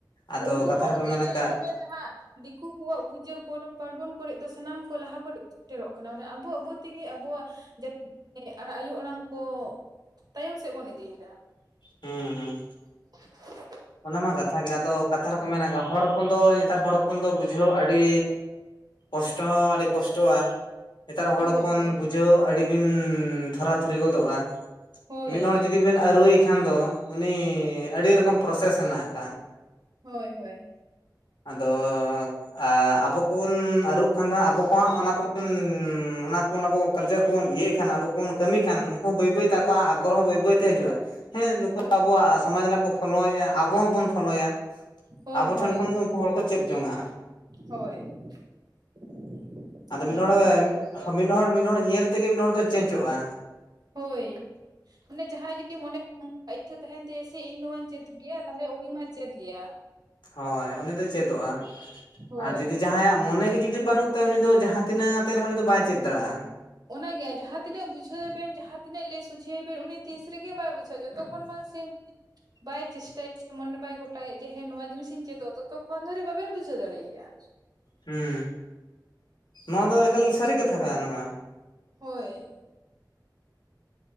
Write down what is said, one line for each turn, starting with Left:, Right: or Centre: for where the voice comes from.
Left: ᱟᱫᱚ
Right: ᱩᱱᱠᱩ
Left: ᱠᱟᱛᱷᱟ
Right: ᱦᱚᱲ
Left: ᱨᱮᱠᱚ
Right: ᱜᱮ
Left: ᱢᱮᱱ
Right: ᱧᱮᱞ
Left: ᱟᱠᱟᱫ
Right: ᱠᱚᱵᱮᱱ ᱦᱟᱸᱜ ᱫᱤᱠᱩ ᱠᱚᱣᱟᱜ ᱯᱩᱡᱟᱹ ᱯᱚᱨᱚᱵᱽ ᱯᱟᱨᱵᱚᱱ ᱠᱚᱨᱮᱫ ᱫᱚ ᱥᱟᱱᱟᱢ ᱠᱚ ᱞᱟᱦᱟ ᱠᱚᱨᱮ ᱥᱮᱴᱮᱨᱚᱜ ᱠᱟᱱᱟ ᱢᱟᱱᱮ ᱟᱵᱚ ᱟᱵᱚ ᱛᱮᱜᱮ ᱟᱵᱚᱣᱟᱜ ᱡᱟᱹᱛᱤ <unintelligible> ᱟᱭᱳ ᱟᱲᱟᱝ ᱠᱚ ᱛᱟᱭᱚᱢ ᱥᱮᱫ ᱵᱚᱱ ᱤᱫᱤᱭᱮᱫᱟ
Left: ᱦᱩᱸ ᱦᱩᱸ
Right: <inaudible>
Left: ᱚᱱᱟ ᱢᱟ ᱠᱟᱛᱷᱟ ᱜᱮ ᱟᱫᱚ ᱠᱟᱛᱷᱟ ᱨᱮᱠᱚ ᱢᱮᱱᱜᱟ ᱦᱚᱲ ᱦᱚᱯᱚᱱ ᱫᱚ ᱱᱮᱛᱟᱨ ᱦᱚᱲ ᱦᱚᱯᱚᱱ ᱫᱚ ᱵᱩᱡᱷᱟᱹᱣ ᱟᱹᱰᱤ ᱠᱚᱥᱴᱚ ᱦᱚᱸ ᱟᱹᱰᱤ ᱠᱚᱥᱴᱚ ᱠᱚᱥᱴᱚᱜᱼᱟ ᱱᱮᱛᱟᱨ ᱦᱚᱲ
Right: ᱦᱳᱭ
Left: ᱦᱚᱯᱚᱱ
Right: ᱦᱳᱭ
Left: ᱵᱩᱡᱷᱟᱹᱣ ᱟᱹᱰᱤ ᱵᱤᱱ ᱛᱷᱚᱨᱟ ᱛᱷᱩᱨᱤ ᱜᱚᱫᱚᱜᱼᱟ
Right: ᱦᱳᱭ
Left: ᱢᱤᱫ ᱦᱚᱲ ᱡᱩᱫᱤ ᱵᱤᱱ ᱟᱹᱨᱩᱭ ᱠᱷᱟᱱ ᱫᱚ ᱩᱱᱤ ᱟᱹᱰᱤ ᱨᱚᱠᱚᱢ ᱯᱨᱚᱥᱮᱥ ᱦᱮᱱᱟᱜ ᱟᱠᱟᱜᱼᱟ
Right: ᱦᱳᱭ ᱦᱳᱭ
Left: ᱟᱫᱚ ᱻᱻ ᱮᱻ ᱟᱵᱚ ᱠᱚᱵᱚᱱ ᱟᱹᱨᱩ ᱠᱷᱟᱱ ᱫᱚ ᱦᱟᱸᱜ ᱟᱵᱚ ᱠᱚ ᱦᱟᱸᱜ ᱚᱱᱟ <unintelligible> ᱠᱚᱵᱚᱱ ᱚᱱᱟ ᱠᱚ ᱟᱵᱚ ᱠᱟᱞᱪᱟᱨ ᱠᱚᱵᱚᱱ ᱤᱭᱟᱹᱭ ᱠᱷᱟᱱ ᱟᱵᱚ ᱠᱚᱵᱚᱱ ᱠᱟᱹᱢᱤ ᱠᱷᱟᱱ ᱩᱱᱠᱩ ᱦᱚᱸ ᱵᱟᱹᱭ ᱵᱟᱹᱭ ᱛᱮ ᱟᱠᱚᱣᱟᱜ ᱟᱜᱽᱜᱨᱚ ᱦᱚᱸ ᱵᱟᱹᱭ ᱵᱟᱹᱭ ᱛᱮ ᱦᱤᱡᱩᱜᱼᱟ᱾ ᱦᱮᱸ ᱱᱩᱠᱩ
Right: ᱦᱳᱭ
Left: ᱟᱵᱚᱣᱟᱜ ᱥᱚᱢᱟᱡᱽ ᱨᱮᱱᱟᱜ ᱠᱚ ᱯᱷᱳᱞᱳᱭᱮᱫᱼᱟ, ᱟᱵᱚ ᱦᱚᱸᱵᱚᱱ ᱯᱷᱳᱞᱳᱭᱟ,
Right: ᱦᱳᱭ
Left: ᱟᱵᱚ
Right: ᱦᱳᱭ
Left: ᱴᱷᱮᱱ ᱠᱷᱚᱱ ᱜᱮ ᱩᱱᱠᱩ ᱩᱱᱠᱩ ᱦᱚᱲ ᱠᱚ ᱪᱮᱫ ᱡᱚᱝᱼᱟ᱾
Right: ᱦᱳᱭ <inaudible>
Left: ᱟᱫᱚ ᱢᱤᱫ ᱦᱚᱲ
Right: ᱢᱟ ᱥᱟᱹᱨᱤ ᱠᱟᱛᱷᱟ ᱜᱮ
Left: ᱢᱤᱫ ᱦᱚᱲ ᱢᱤᱫ ᱦᱚᱲ ᱧᱮᱞ ᱛᱮᱜᱮ ᱢᱤᱫ ᱦᱚᱲ ᱫᱚ ᱪᱮᱸᱪᱚᱜᱼᱟ᱾
Right: ᱦᱳᱭ ᱢᱟᱱᱮ ᱡᱟᱦᱟᱸ ᱢᱚᱱᱮ ᱚᱝ ᱤᱪᱪᱷᱟᱹ ᱛᱟᱦᱮᱱ ᱛᱟᱭᱟ ᱥᱮ ᱤᱧ ᱱᱟᱣᱟᱧ ᱪᱮᱫ ᱜᱮᱭᱟ ᱛᱟᱦᱮᱞᱮ ᱩᱱᱤᱢᱟᱭ ᱪᱮᱫ ᱜᱮᱭᱟ
Left: ᱦᱳᱭ ᱩᱱᱤᱫᱭ ᱪᱮᱫᱚᱜᱼᱟ
Right: ᱦᱳᱭ
Left: ᱟᱨ ᱡᱩᱫᱤ ᱡᱟᱦᱟᱸᱭᱟᱜ ᱢᱚᱱᱮ ᱜᱮ ᱡᱩᱫᱤ ᱵᱟᱹᱱᱩᱜ ᱩᱱᱤ ᱫᱚ ᱡᱟᱦᱟᱸ ᱛᱤᱱᱟᱹᱜ ᱟᱛᱮ ᱨᱮᱦᱚ ᱩᱱᱤ ᱫᱚ ᱵᱟᱭ ᱪᱮᱫ ᱫᱟᱲᱮᱼᱟ
Right: ᱚᱱᱟ ᱜᱮ ᱡᱟᱦᱟᱸ ᱛᱤᱱᱟᱹᱜ ᱵᱩᱡᱷᱟᱹᱣᱮ ᱵᱤᱱ ᱡᱟᱦᱟᱸ ᱛᱤᱱᱟᱹᱜ ᱞᱟᱹᱭ ᱥᱩᱡᱷᱟᱹᱭᱮ ᱵᱤᱱ ᱩᱱᱤ ᱛᱤᱥ ᱨᱮᱜᱮ ᱵᱟᱭ ᱵᱩᱡᱷᱟᱹᱣᱟ ᱡᱚᱛᱚ ᱛᱚᱠᱷᱚᱱ ᱵᱟᱝ ᱥᱮ <unintelligible> ᱵᱟᱭ ᱪᱮᱥᱴᱟᱭᱟ ᱥᱮ ᱢᱚᱱᱮ ᱵᱟᱭ ᱜᱚᱴᱟᱭᱮᱫ ᱡᱮ ᱦᱮᱸ ᱱᱚᱣᱟ ᱡᱤᱱᱤᱥ ᱤᱧ ᱪᱮᱫᱚᱜ ᱛᱚᱛᱚ ᱠᱷᱚᱱ ᱫᱷᱟᱹᱨᱤᱡ ᱵᱟᱵᱤᱱ ᱵᱩᱡᱷᱟᱹ ᱫᱟᱲᱮᱭᱟᱜᱼᱟ
Left: ᱦᱩᱸ ᱱᱚᱶᱟ ᱫᱚ ᱮᱠᱟᱞ ᱥᱟᱹᱨᱤ ᱠᱟᱛᱷᱟ ᱠᱟᱱᱟ ᱚᱱᱟᱜ
Right: ᱦᱳᱭ